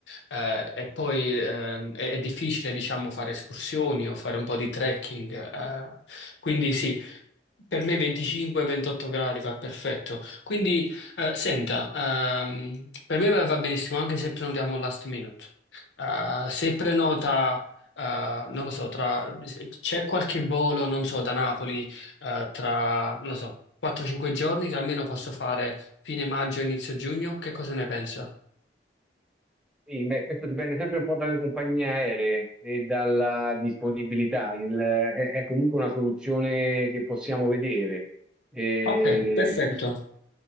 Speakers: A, on the left (about 85°); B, in the centre.
A: eh, e poi ehm, è, è difficile, diciamo, fare escursioni o fare un po' di trekking, eh, quindi sì, Per me 25-28 gradi va perfetto. Quindi, eh, senta, ehm, per me va va benissimo anche se prenotiamo last minute. Eh, se prenota, eh, non lo so, tra, c'è qualche volo, non so, da Napoli, eh, tra, non lo so, 4-5 giorni che almeno posso fare fine maggio, inizio giugno, che cosa ne pensa?
B: sì, beh, questo dipende sempre un po' dalle compagnie aeree e dalla disponibilità. Il- è, è comunque una soluzione che possiamo vedere. Eh,
A: Ok, perfetto,